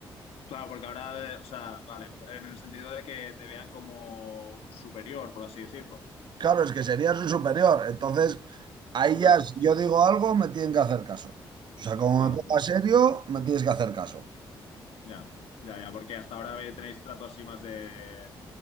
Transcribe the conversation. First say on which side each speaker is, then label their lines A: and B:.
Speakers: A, on the left; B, on the right.
A: Claro, porque ahora, eh, o sea, vale, en el sentido de que te vean como un superior, por así decirlo.
B: Claro, es que sería su superior. Entonces, ahí ya,
A: Claro,
B: si yo digo algo, me tienen que hacer caso. O sea, como
A: claro,
B: me ponga
A: porque-
B: serio, me tienes que hacer caso.
A: ya, ya, ya, porque hasta ahora ve- tenéis trato así más de,